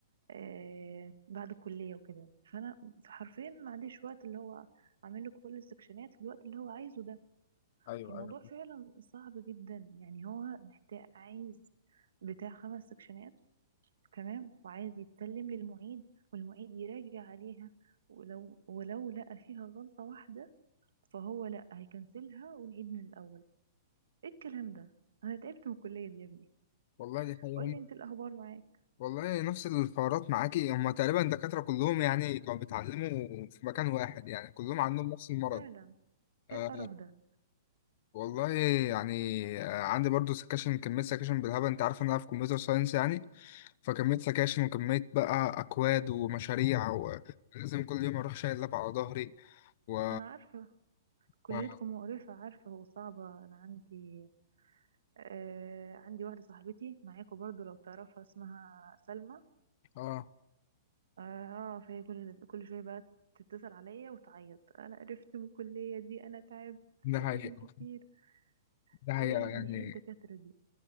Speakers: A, on the right; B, on the left.
A: آه بعد الكلية وكده فأنا حرفيا ما عنديش وقت اللي هو أعمل له كل السكشنات في الوقت اللي هو عايزه ده
B: ايوه
A: فالموضوع
B: ايوه
A: فعلا صعب جدا يعني هو محتاج عايز بتاع خمس سكشنات تمام وعايز يتسلم للمعيد والمعيد يراجع عليها ولو ولو لقى فيها غلطة واحدة فهو لا هيكنسلها ونعيد من الأول ايه الكلام ده انا تعبت من الكلية دي يا ابني
B: والله دي حقيقة
A: قول
B: هم
A: لي انت الاخبار معاك
B: والله نفس الحوارات معاكي هما تقريبا الدكاترة كلهم يعني كانوا بيتعلموا في مكان واحد يعني كلهم عندهم نفس المرض
A: فعلا
B: آه
A: ايه القرف ده
B: والله يعني آه عندي برضو سكاشن كمية سكاشن بالهبل انت عارف ان انا في كمبيوتر ساينس يعني فكمية سكاشن وكمية بقى أكواد ومشاريع ولازم كل يوم أروح شايل لاب على ظهري و...
A: انا عارفة كليتكم
B: و...
A: مقرفة عارفة وصعبة انا عندي آه عندي واحدة صاحبتي معاكم برضو لو تعرفها اسمها سلمى
B: آه
A: اه آه، فهي كل كل شويه بقى تتصل عليا وتعيط انا قرفت من الكليه دي انا تعبت
B: ده
A: سكاشن
B: حقيقة
A: كتير
B: ده حقيقة
A: ايه يا ابني
B: يعني
A: ايه الدكاتره دي